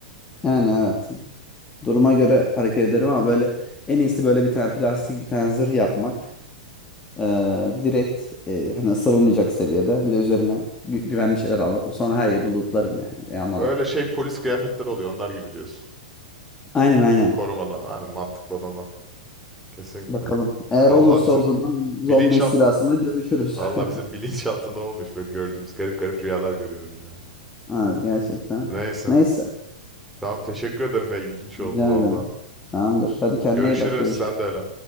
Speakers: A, on the left; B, in the centre.
A: Yani evet. Duruma göre hareket ederim ama böyle en iyisi böyle bir tane plastik bir tane zırh yapmak. Ee, direkt e, hani ısırılmayacak seviyede. Bir de üzerime gü- güvenli şeyler almak. Sonra her yeri lootlarım yani yağmalarım.
B: Öyle şey polis kıyafetleri oluyor onlar gibi diyorsun.
A: Aynen aynen.
B: Korumalı. Yani mantıklı olan o. Kesinlikle.
A: Bakalım. Eğer
B: Vallahi
A: olursa
B: bizim
A: o zaman zombi
B: bilinçaltı
A: istilasında görüşürüz.
B: Vallahi
A: <laughs>
B: bizim <laughs> bilinçaltında olmuş böyle gördüğümüz garip garip rüyalar görüyorum ya.
A: Az gerçekten.
B: Neyse.
A: Neyse.
B: Tamam teşekkür ederim ya ilginç oldu
A: Rica
B: vallahi.
A: ederim. Tamamdır. Hadi kendine
B: Görüşürüz
A: iyi bak. Görüşürüz.
B: sen de öyle.